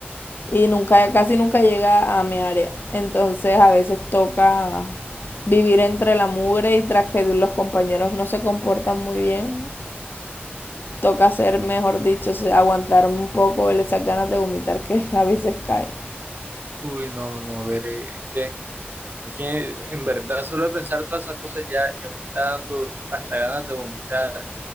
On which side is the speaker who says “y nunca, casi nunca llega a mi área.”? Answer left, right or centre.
Left